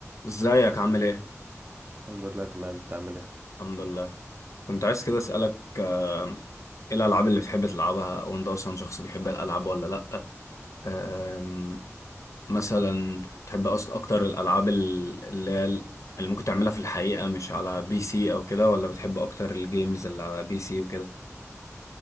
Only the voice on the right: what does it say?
الحمد لله تمام انت عامل ايه